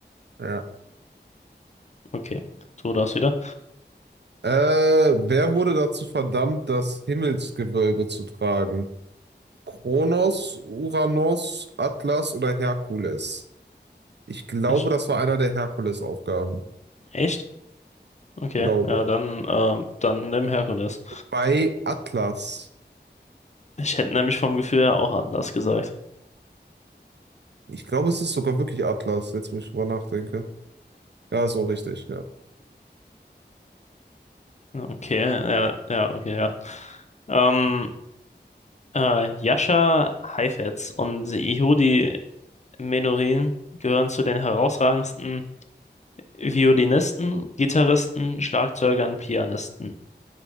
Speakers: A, on the right; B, on the left.
A: Ja.
B: Okay, tu das wieder.
A: Äh, wer wurde dazu verdammt, das Himmelsgewölbe zu tragen? Kronos, Uranus, Atlas oder Herkules? Ich glaube,
B: Ich,
A: das war einer der Hercules-Aufgaben.
B: echt? Okay,
A: Glaube.
B: ja, dann, äh, dann nimm Herkules.
A: Bei Atlas.
B: Ich hätte nämlich vom Gefühl her auch Atlas gesagt.
A: Ich glaube, es ist sogar wirklich Atlas, jetzt wo ich drüber nachdenke. Ja, ist auch richtig, ja.
B: Okay, ja, ja, okay, ja. Ähm, Äh, Jascha Heifetz und Yehudi Menuhin gehören zu den herausragendsten Violinisten, Gitarristen, Schlagzeugern, Pianisten.